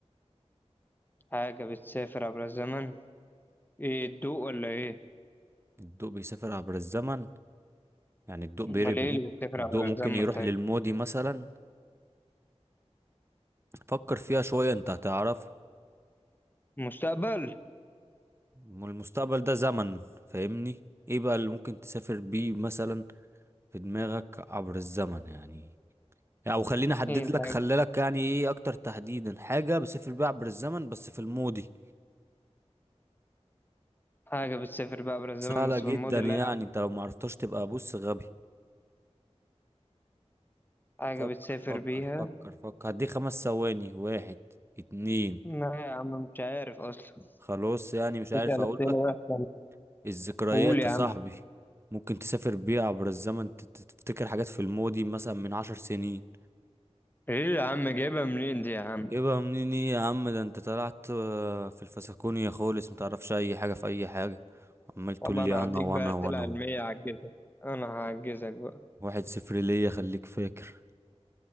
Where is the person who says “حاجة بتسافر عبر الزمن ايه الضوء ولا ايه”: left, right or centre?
Left